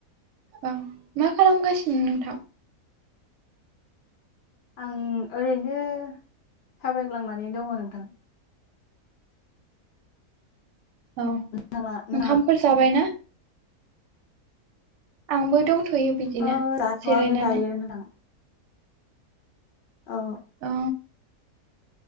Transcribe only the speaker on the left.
आं ओरैनो थाबायग्लांनानै दङ नोंथां
नोंथाङा नोंथाङा
ओ जाथ'वाखैनो
दायो नोंथां औ